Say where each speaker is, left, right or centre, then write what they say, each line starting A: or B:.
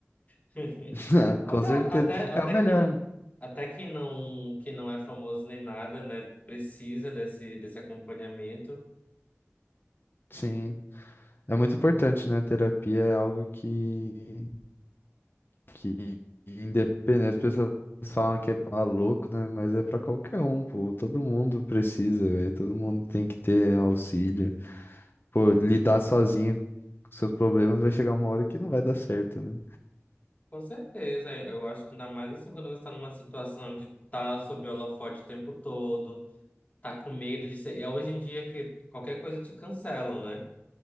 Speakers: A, on the left (about 30°); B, on the left (about 45°).
A: <laughs>
B: <laughs>
A: Até,
B: Com certeza.
A: até, até
B: É o melhor.
A: que até quem não, que não é famoso nem nada, né, precisa desse, desse acompanhamento.
B: Sim. É muito importante, né? Terapia é algo que, que independente. As pessoas falam que é pra louco, né? Mas é pra qualquer um, pô. Todo mundo precisa, velho. Todo mundo tem que ter auxílio. Pô, lidar sozinho com seus problemas vai chegar uma hora que não vai dar certo, né?
A: Com certeza, eu acho que ainda mais assim quando você está numa situação de estar sob holofote o tempo todo, tá com medo de ser. é Hoje em dia que qualquer coisa te cancelam, né?